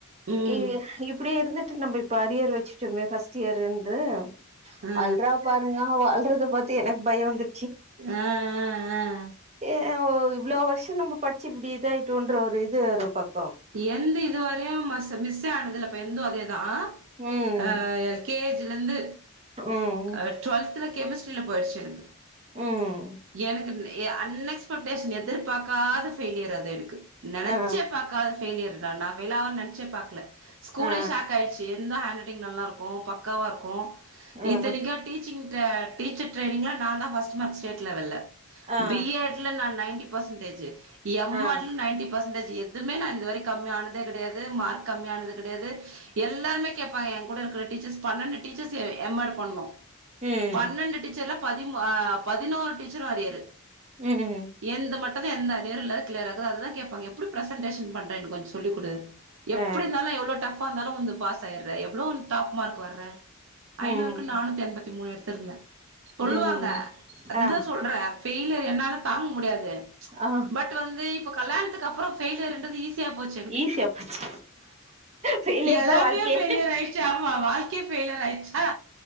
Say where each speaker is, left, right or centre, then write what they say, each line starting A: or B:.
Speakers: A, on the right; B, on the right.
A: ம்
B: ஏஎ இப்டி இருந் நம்ப இப்ப அரியர் வெச்சிட்டோமே ஃபஸ்ட் இயர் ந்து
A: ஆ
B: அல்ரா பாருங்க நம்ம வால்றத பத்தி எனக் பயோ வந்து
A: ஆ ஆ ஆ
B: அ இவ்ளோ வருஷோ நம்ப படிச்ச இப்டி இதாயிட்டோன்ற ஒரு இது ஒரு பக்
A: எந்து இதுவரையு மஸ் மிஸ்ஸே ஆனதில்லபு என்து அதே தா
B: ம்
A: ஆ எல் கே ஜி லந்து
B: ம்
A: அ டுவல்த்ல கெமிஸ்ட்ரியில போயிடுச்சு எனக்கு
B: ம்
A: எனக்கு நெ எ அன்எக்ஸ்பெக்டேஷன் எதிர்பார்க்காத ஃபெயிலியர் அது எனக்கு நினைச்சே
B: ஆ
A: பாக்காத ஃபெய்லியர்டா நா ஃபெய்ளாவனு நினைச்சே பாக்ல ஸ்கூலே
B: ஆ
A: ஷாக் ஆடுச்சு இந்த ஹேண்ட் ரைட்டிங் நல்லாருக்கும் பக்காவா இருக்கும்
B: ஆ
A: இத்தனிக்கும் டீச்சி்ங் ட்ர டீச்சர் ட்ரைனிங்ளா நான் தா பஃஸ்ட் சும்மா ஸ்டேட் லெவல்ல
B: ஆ
A: பி எட் ல நா நைன்டி பெஸ்சன்டேஜூ எம்
B: ஆ
A: ஆட் நைன்டி பர்சன்டேஜூ எதுமே நான் கம்மியானதே கெடையாது மார்க் கம்மியானது கெடையாது எல்லாருமே கேப்பாங்க என் கூட இருக்கற டீச்சர்ஸ் பண்ணன்டு டீச்சர்ஸ் எ எம் எட் பண்ணோ
B: ம்
A: பன்னண்டு டிச்சர்லப் பதிம் ஆ பதினோறு டீச்சரு அறியரு
B: ம்
A: என்து மட்டுந்தா எந்த அரியரு இல்ல சிலர் அதனாலதா கேப்பாங்க எப்டி பிரசன்டேஷன் பண் எனக் கொஞ்சொ சொல்லி்க்குடு எப்புடி
B: ஆ
A: இருந்தாலு எவ்ளோ டஃப் ப்பா இருந்தாலு வந்து பாஸ் ஆயிட்ற எவ்ளோ டாப் மார்க் வர்ற ஐநூறுக்கு
B: ம்
A: நானூத்தி எண்பத்தி மூணு எடுத் த்திருந்தே சொல்லுவாங்க
B: ம்
A: அதுதா
B: ஆ
A: சொல்ற ஃபெயிலர் என்னால தாங்க முடியாது
B: ஆ
A: பட் வந்து இப் இப்ப கல்யாணத்துக்கு அப்றொ ஃபெயிலியர்ன்றது ஈசி சியாப் போச்சு எனக்கு
B: ஈஸியா போச்சு ஃபெய்லியர்
A: எல்லாமே
B: தா வாழ்க்கையே
A: பெய்லியர் ஆயிட்ச்சு ஆமா வாழ்க்கையே பெஃய்லியர் ஆயிட்ச்சா